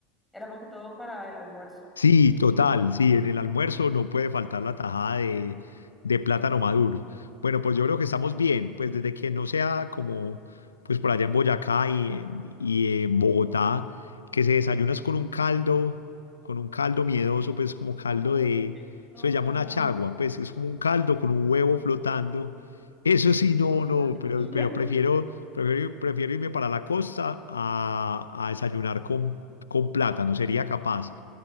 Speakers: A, in the centre; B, on the left.
A: Era más que todo para el almuerzo.
B: Sí, total, sí, en el almuerzo no puede faltar la tajada de, de plátano maduro. Bueno, pues yo creo que estamos bien, pues desde que no sea como, pues por allá en Boyacá y, en y en Bogotá, que se desayunas con un caldo, con un caldo miedoso, pues como caldo
A: Ay,
B: de,
A: no,
B: eso se llama
A: no,
B: una
A: no,
B: chagua, pues es como un caldo con un huevo flotando. Eso sí, no, no,
A: qué horrible.
B: pero, pero prefiero, prefiero, prefiero irme para la costa a, a desayunar con, con plátano, sería capaz.